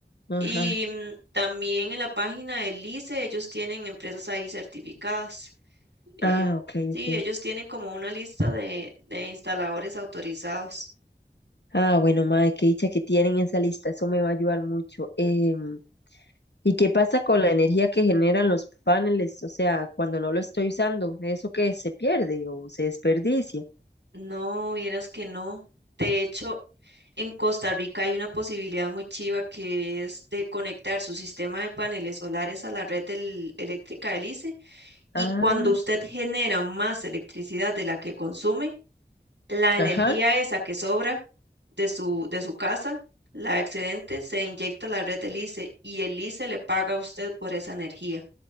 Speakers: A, on the left (about 75°); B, on the right (about 80°).
A: Ajá,
B: Y mm, también en la página del ICE ellos tienen empresas ahí certificadas. Eh,
A: ah, ok,
B: sí,
A: ok.
B: ellos tienen como una lista de, de instaladores autorizados.
A: Ah, bueno, mae, qué dicha que tienen esa lista, eso me va a ayudar mucho. Em, ¿y qué pasa con la energía que generan los paneles? O sea, cuando no lo estoy usando, ¿eso que se pierde o se desperdicia?
B: No, vieras que no. De hecho, en Costa Rica hay una posibilidad muy chiva que es de conectar su sistema de paneles solares a la red del- eléctrica del ICE
A: Ah,
B: y cuando usted genera más electricidad de la que consume, la
A: ajá.
B: energía esa que sobra de su, de su casa, la excedente, se inyecta a la red del ICE y el ICE le paga a usted por esa energía.